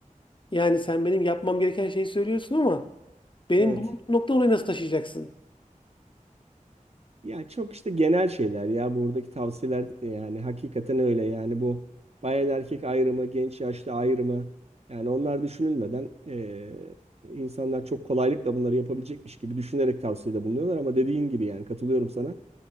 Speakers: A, on the left (about 35°); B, on the right (about 50°).
A: Yani sen benim yapmam gereken şeyi söylüyorsun ama benim
B: evet.
A: bulunduğum nokta orayı nasıl taşıyacaksın?
B: Ya çok işte genel şeyler ya buradaki tavsiyeler e, yani hakikaten öyle yani bu bayan erkek ayrımı, genç yaşlı ayrımı yani onlar düşünülmeden e, insanlar çok kolaylıkla bunları yapabilecekmiş gibi düşünerek tavsiyede bulunuyorlar ama dediğin gibi yani katılıyorum sana.